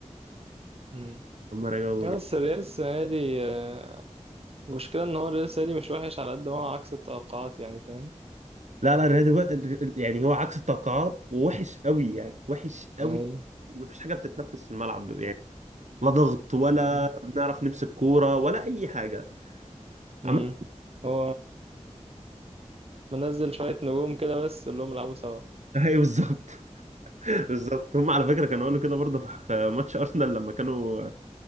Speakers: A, on the right; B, on the right.
A: امم
B: هم رجعوني
A: اه بس الريال السنة دي آه، المشكلة ان هو الريال السنة دي مش وحش على قد ما هو عكس التوقعات يعني فاهم
B: لا لا الريال هو- يعني هو عكس التوقعات ووحش قوي يعني وحش قوي
A: يعني
B: مفيش حاجه بتتنفس في الملعب يعني لا ضغط ولا
A: مم.
B: بنعرف نمسك كوره ولا اي حاجه
A: مم.
B: عم
A: هو منزل شوية نجوم كده بس اللي هم يلعبوا سوا
B: ايوه بالظبط <laughs> بالظبط
A: مم.
B: هم على فكره كانوا قالوا كده برضه في في ماتش ارسنال لما كانوا